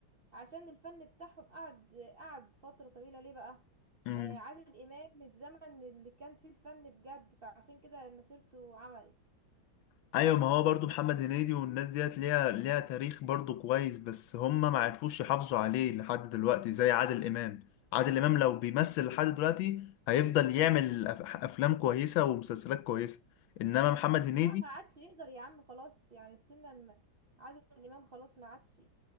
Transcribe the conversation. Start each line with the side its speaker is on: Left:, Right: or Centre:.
Right: عشان الفن بتاعهم قعد قعد فتره طويله ليه بقى
Left: امم
Right: آه، عادل امام من الزمن اللي كان فيه الفن بجد فعشان كده مسيرته عملت
Left: <laughs> أيوة ما هو برضو محمد هنيدي والناس ديت ليها ليها تاريخ برضو كويس بس هم ما عرفوش يحافظوا عليه لحد دلوقتي زي عادل إمام عادل إمام لو بيمثل لحد دلوقتي هيفضل يعمل أف- أفلام كويسة ومسلسلات كويسة إنما محمد هنيدي
Right: لا ما عادش يقدر يا عم خلاص يعني السنه الم... عادل امام خلاص ما عادش